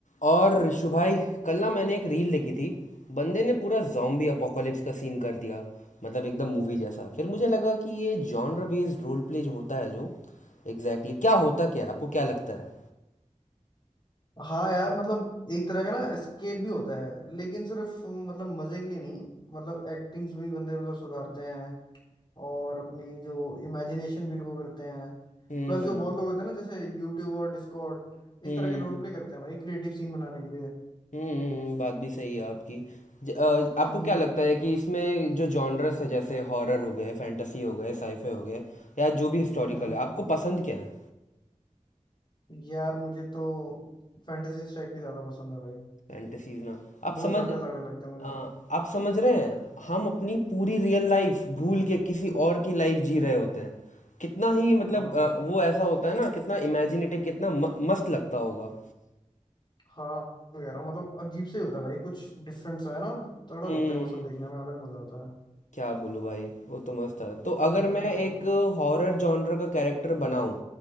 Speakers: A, on the left (about 65°); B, on the left (about 35°).
A: और ऋषु भाई कल ना मैंने एक रील देखी थी बंदे ने पूरा जॉम्बी अपोकोलिप्स का सीन कर दिया मतलब एकदम मूवी जैसा फिर मुझे लगा कि ये जॉनर बेस्ड रोल प्ले जो होता है जो एग्जैक्टली exactly, क्या होता क्या है? आपको क्या लगता है
B: हाँ यार मतलब एक तरह का ना एस्केप भी होता है लेकिन सिर्फ मतलब मजे के लिए नहीं मतलब एक्टिंग्स भी बंदे मतलब सुधारते हैं और अपनी जो इमेजिनेशन भी वो करते हैं
A: हम्म
B: प्लस जो बहुत लोग होते हैं ना जैसे यूट्यूब और डिस्कॉर्ड
A: हम्म
B: इस तरह के रोल प्ले करते हैं भाई क्रिएटिव सीन बनाने के लिए
A: हम्म बात भी सही है आपकी ज, अ, आपको
B: हम्म
A: क्या लगता है कि इसमें जो जॉनरस है जैसे हॉरर हो गए फैंटेसी हो गए साइफे हो गए या जो भी हिस्टोरिकल
B: हम्म
A: है आपको पसंद क्या है
B: यार मुझे तो फैंटेसी टाइप की ज्यादा पसंद है भाई
A: फैंटेसीज ना
B: बहुत
A: आप समझ
B: ज्यादा तगड़े लगते हैं मुझे
A: अ,
B: तो
A: आप समझ रहे हैं हम अपनी पूरी रियल लाइफ भूल के किसी और की लाइफ जी रहे होते हैं कितना ही मतलब
B: हाँ
A: अ,
B: यार
A: वो ऐसा होता है ना कितना इमेजिनेटिव कितना म, मस्त लगता होगा
B: हाँ तो कह रहा हूँ मतलब अजीब से ही होता है भाई कुछ डिफरेंस है ना तगड़ा
A: हम्म
B: लगता है वो सब देखने में अलग मजा आता है
A: क्या बोलूं भाई वो तो मस्त है तो
B: हम्म
A: अगर मैं एक हॉरर जॉनर का कैरेक्टर बनाऊं